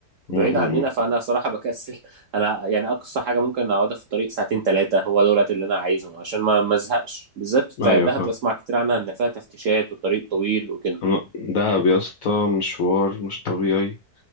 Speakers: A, on the left (about 75°); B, on the right (about 70°).
A: مم.
B: بعيد
A: مم.
B: عننا فأنا صراحة بكسل <laughs> أنا يعني أقصى حاجة ممكن أقعدها في الطريق ساعتين ثلاثة هو دولت اللي أنا عايزهم عشان ما ما أزهقش بالذات
A: مم.
B: بتاع
A: ايوه
B: دهب
A: فاهم
B: أسمع كتير عنها إن فيها تفتيشات والطريق طويل وكده
A: أنا- دهب يا اسطى مشوار مش طبيعي